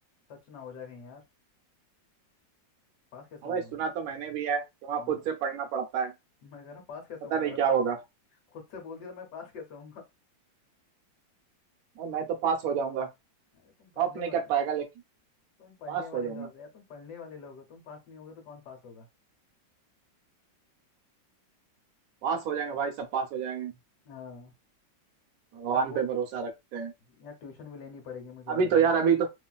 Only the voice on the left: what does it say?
सच ना हो जाए कहीं यार पास कैसे
होऊंगा
मैं
हाँ
मैं कह रहा हूँ पास कैसे
होऊंगा
अगर
खुद से बोलती तो मैं पास कैसे होऊंगा
अरे तुम पढ़ने
वाले
हो
तुम पढ़ने
वाले
लोग हो यार तुम पढ़ने वाले लोग हो तुम पास नहीं होगे तो कौन पास होगा
हाँ
अब वो-
यार ट्यूशन भी लेनी पड़ेगी मुझे
लग रहा
है मैं-